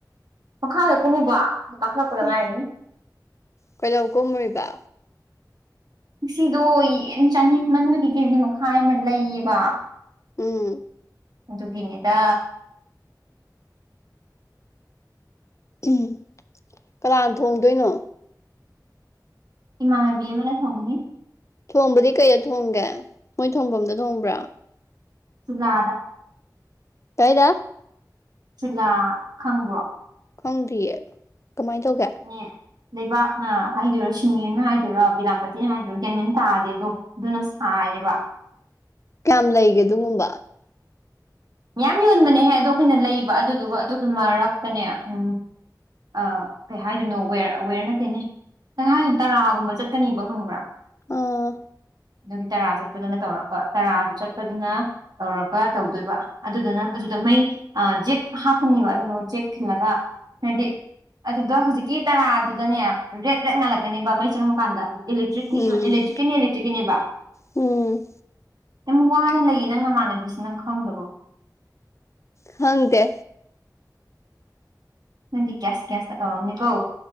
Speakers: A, on the right (about 65°); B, on the left (about 40°).
A: ꯃꯈꯥꯗ ꯀꯨꯝꯃꯨꯕ ꯀꯥꯈꯠꯂꯛꯄꯗ
B: ꯑ
A: ꯉꯥꯏꯔꯤ
B: ꯀꯩꯗꯧ ꯀꯨꯝꯃꯨꯔꯤꯕ
A: ꯉꯁꯤꯗꯣ ꯌꯦꯟ ꯆꯥꯅꯤꯡꯃꯟꯕꯒꯤ ꯀꯦꯖꯤ ꯃꯈꯥꯏ ꯑꯃ ꯂꯩꯌꯦꯕ
B: ꯎꯝ
A: ꯗꯨꯒꯤꯅꯦꯗ
B: ꯎꯝ ꯀꯅꯥꯅ ꯊꯣꯡꯗꯣꯏꯅꯣ
A: ꯏꯃꯥꯟꯅꯕꯤ ꯑꯃꯅꯥ ꯊꯣꯡꯒꯅꯤ
B: ꯊꯣꯡꯕꯗꯤ ꯀꯩꯗ ꯊꯣꯡꯒꯦ ꯃꯣꯏ ꯊꯣꯡꯐꯝꯗ ꯊꯣꯡꯕ꯭ꯔꯥ
A: ꯆꯨꯂꯥ ꯗ
B: ꯀꯥꯢꯗ
A: ꯆꯨꯂꯥ ꯈꯪꯕ꯭ꯔꯣ
B: ꯈꯪꯗꯤꯌꯦ ꯀꯃꯥꯏ ꯇꯧꯒꯦ
A: ꯅꯦ ꯂꯩꯕꯥꯛꯅ ꯍꯥꯏꯗꯣꯏꯔꯥ ꯁꯤꯃꯦꯟꯅ ꯍꯥꯏꯗꯣꯏꯔꯥ ꯕꯤꯂꯥꯝꯕꯥꯇꯤꯅ ꯍꯥꯏꯗꯣꯏꯔꯣ ꯒ꯭ꯌꯥꯟꯃꯦꯟ ꯇꯥꯗꯦ ꯑꯗꯣ ꯑꯗꯨꯅ ꯁꯥ ꯍꯥꯢꯕ
B: ꯀꯌꯥꯝ ꯂꯩꯒꯦ ꯑꯗꯨꯒꯨꯝꯕ
A: ꯃꯌꯥꯝ ꯌꯣꯟꯕꯅꯦꯍꯦ ꯑꯗꯣ ꯑꯩꯈꯣꯏꯅ ꯂꯩꯕ ꯑꯗꯨꯗꯨꯒ ꯑꯗꯨꯗꯨ ꯃꯔꯛꯇꯅꯦ ꯎꯝ ꯑ ꯀꯩ ꯍꯥꯏꯗꯣꯏꯅꯣ ꯋꯦꯔ ꯋꯦꯔ ꯅꯠꯇꯦꯅꯦ ꯀꯩꯍꯥꯏꯅꯤ ꯇꯔꯥꯒꯨꯝꯕ ꯆꯠꯀꯅꯦꯕ ꯈꯪꯕ꯭ꯔꯥ
B: ꯑꯥ
A: ꯑꯗꯨꯒꯤ ꯇꯔꯥ ꯆꯠꯄꯗꯨꯅ ꯇꯧꯔꯒ ꯇꯔꯥꯗꯨ ꯆꯠꯄꯗꯨꯅ ꯇꯧꯔꯒ ꯇꯧꯗꯣꯏꯕ ꯑꯗꯨꯗꯨꯅ ꯑꯗꯨꯗ ꯃꯩ ꯖꯦꯛ ꯍꯥꯞꯀꯅꯤꯕ ꯑꯗꯨꯗꯨ ꯖꯦꯛ ꯊꯤꯜꯂꯒ ꯍꯥꯏꯗꯤ ꯑꯗꯨꯗ ꯍꯧꯖꯤꯛꯀꯤ ꯇꯔꯥꯗꯨꯗꯅꯦ ꯔꯦꯠ ꯔꯦꯠ ꯉꯥꯜꯂꯛꯀꯅꯦꯕ ꯃꯩ ꯆꯪꯕꯀꯥꯟꯗ ꯏꯂꯦꯛꯇ꯭ꯔꯤꯛꯅꯤ
B: ꯎꯝ
A: ꯏꯂꯦꯛꯇ꯭ꯔꯤꯛꯀꯤꯅꯤ ꯏꯂꯦꯛꯇ꯭ꯔꯤꯛꯀꯤꯅꯦꯕ
B: ꯎꯝ
A: ꯌꯥꯝ ꯋꯥꯅ ꯂꯩꯌꯦ ꯅꯪ ꯅꯃꯥꯟꯅꯕꯤꯁꯦ ꯅꯪ ꯈꯪꯗꯕꯣ
B: ꯈꯪꯗꯦ
A: ꯅꯪꯗꯤ ꯒ꯭ꯌꯥꯁ ꯒ꯭ꯌꯥꯁꯇ ꯇꯧꯔꯝꯅꯤ ꯀꯣ